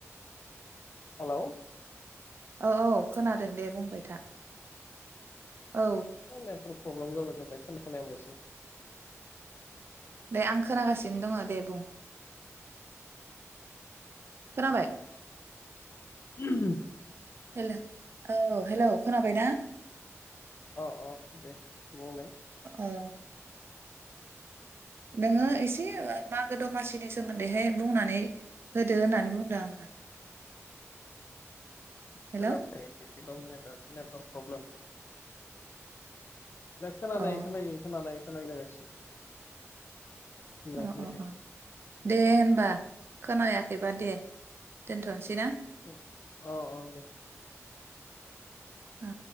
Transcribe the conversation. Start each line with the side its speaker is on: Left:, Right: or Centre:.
Left: हालौ
Right: अ औ खोनादों दे बुंबाय था
Left: <unintelligible>
Right: औ
Left: प्रब्लेम जाबाय थादों <inaudible> खोनायाखै <inaudible> एसे
Right: दे आं खोनागासिनो दङ दे बुं खोनाबाय
Left: <unintelligible>
Right: हेल' औ हेल' खोनाबाय ना
Left: अ अ दे बुंलाय
Right: औ नोङो एसे ओ मागो दमासिनि सोमोन्दैहाय बुंनानै होदो होननानै बुंदों आङो
Left: <unintelligible>
Right: हेल'
Left: ने नेटर्क प्रब्लेम खोनानाय
Right: अ
Left: खोनायि खोनानाय <unintelligible>
Right: अ
Left: खोनायाखै
Right: अ अ दे होनबा खोनायाखै बा दे दोनथ'नोसै ना
Left: औ औ दे
Right: अ